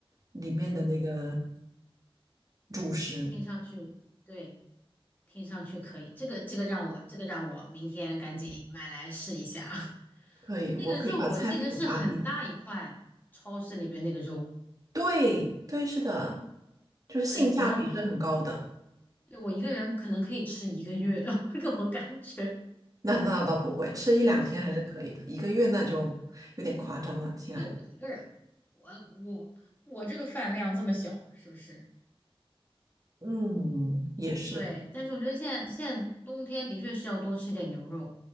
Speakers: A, on the right; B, on the left.
A: 里面的那个
B: 嗯，
A: 主食。
B: 听上去对，听上去可以，这个这个让我这个让我明天赶紧买来试一下。<laughs>
A: 可以，
B: 那个肉我记得是很大一块，
A: 我可以把菜谱发你。
B: 超市里边那个肉。
A: 对，对，是的，就是性价比是很高的。
B: 对，我要对，我一个人可能可以吃一个月，<laughs> 这我感觉
A: 那那倒不会，吃一两天还是可以的，
B: 可以吃很久，
A: 一个月那就有点夸张了，亲爱的。
B: 因为我一个人嘛，我我我这个饭量这么小，是不是？
A: 嗯，也是，
B: 对，但是我觉得现在现在冬天的确是要多吃点牛肉，